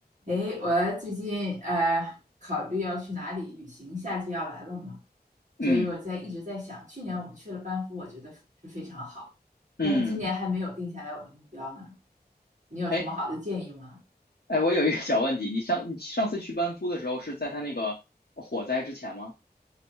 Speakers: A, on the right (about 45°); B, on the left (about 70°).
A: 诶，我最近呃考虑要去哪里旅行，夏季要来了嘛，
B: 嗯
A: 所以我在一直在想，去年我们去了班夫，我觉得是非常好，
B: 嗯，
A: 但是今年还没有定下来我的目标呢。你有什么好的建议吗？
B: 哎哎，我有一个小问题，你上你上次去班夫的时候是在他那个火灾之前吗？